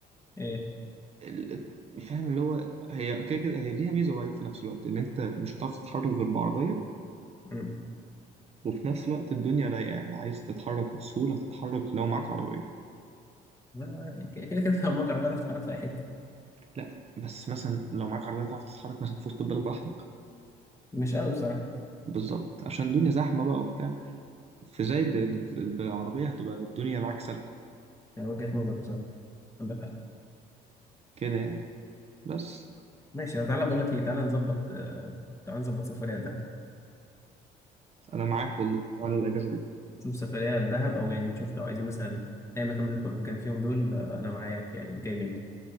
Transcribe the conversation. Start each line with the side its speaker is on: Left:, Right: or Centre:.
Left: ايه
Right: ال- فاهم اللي هو هي كده كده هي ليها ميزة وعيب في نفس الوقت إن أنت مش هتعرف تتحرك غير بعربية
Left: مم.
Right: وفي نفس الوقت الدنيا رايقة يعني عايز تتحرك بسهولة تتحرك لو معاك عربية
Left: آه، يعني كده كده كده لو مكر بقى تتعرف في اي حته
Right: لا بس مثلا لو معاك عربية تعرف تتحرك مثلا في وسط البلد براحتك
Left: مش قوي بصراحه
Right: بالظبط عشان الدنيا زحمة بقى وبتاع في زايد
Left: مم.
Right: ال- ال- بالعربية هتبقى الدنيا معاك سالكة
Left: يعني وجهه نظر بصراحه عندك حق
Right: كده يعني بس
Left: ماشي تعالى بقول لك ايه تعالى نظبط آه، تعالى نظبط سفريه لده
Right: انا معاك والله تعالى الاجازه دي
Left: نشوف سفرية لدهب أو يعني نشوف لو عايزين مثلا أي مكان من اللي كنا مكان فيهم دول آه، أنا معاك يعني جاي مني